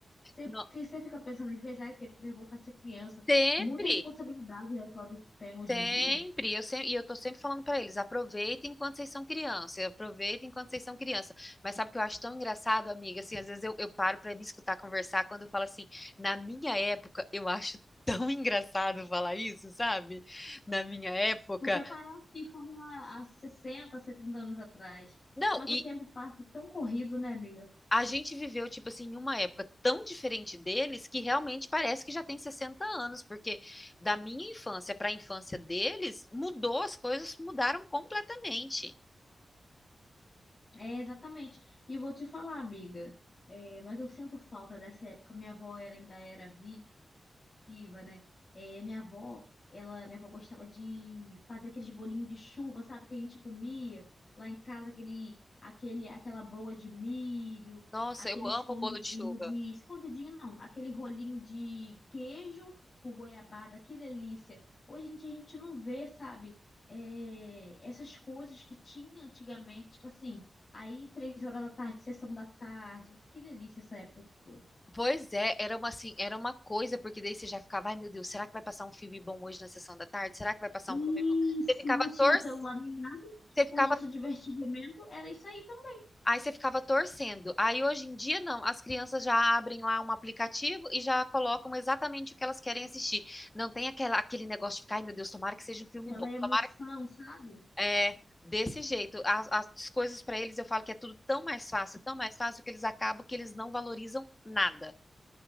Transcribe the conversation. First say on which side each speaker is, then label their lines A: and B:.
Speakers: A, on the left; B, on the left.
A: Você,
B: No-
A: você fica pensando, às vezes, ah, eu queria voltar a ser criança.
B: sempre,
A: Muita responsabilidade, né, que o adulto tem hoje
B: sempre.
A: em dia.
B: Eu sempre, e eu tô sempre falando pra eles, aproveitem enquanto vocês são criança, aproveitem enquanto vocês são criança. Mas sabe o que eu acho tão engraçado, amiga? Assim, às vezes eu, eu paro pra me escutar conversar quando eu falo assim, na minha época, eu acho tão <laughs> engraçado falar isso, sabe? Na minha época.
A: Porque parece que foi há há 60, 70 anos atrás.
B: Não,
A: Mas
B: e,
A: o tempo passa tão corrido, né, amiga?
B: a gente viveu, tipo assim, em uma época tão diferente deles que realmente parece que já tem 60 anos, porque da minha infância para a infância deles, mudou, as coisas mudaram completamente.
A: É, exatamente. E vou te falar, amiga, é, mas eu sinto falta dessa época. Minha avó era, ainda era viva. criativa, né? É, minha avó, ela, minha avó gostava de fazer aqueles bolinhos de chuva, sabe, que a gente comia lá em casa, aquele, aquele, aquela broa de milho,
B: Nossa,
A: aquele
B: eu amo
A: escondidinho
B: o bolo de chuva.
A: de, escondidinho não, aquele rolinho de queijo com goiabada, que delícia. Hoje em dia a gente não vê, sabe, é, essas coisas que tinha antigamente, tipo assim, Aí, três horas da tarde, sessão da tarde. Que delícia essa época que foi.
B: Pois é, era uma assim, era uma coisa, porque daí você já ficava, ai meu Deus, será que vai passar um filme bom hoje na sessão da tarde? Será que vai passar
A: Isso,
B: um filme bom? Você ficava
A: não tinha
B: torcendo,
A: celular nem nada.
B: você ficava
A: O nosso divertimento era isso aí também,
B: Aí você ficava torcendo. Aí hoje em dia, não. As crianças já abrem lá um aplicativo e já colocam exatamente o que elas querem assistir. Não tem aquela, aquele negócio de ficar, ai meu Deus, tomara que seja um filme
A: aquela
B: bom.
A: emoção,
B: Tomara que.
A: sabe?
B: É, desse jeito. As, as coisas para eles, eu falo que é tudo tão mais fácil, tão mais fácil, que eles acabam que eles não valorizam nada.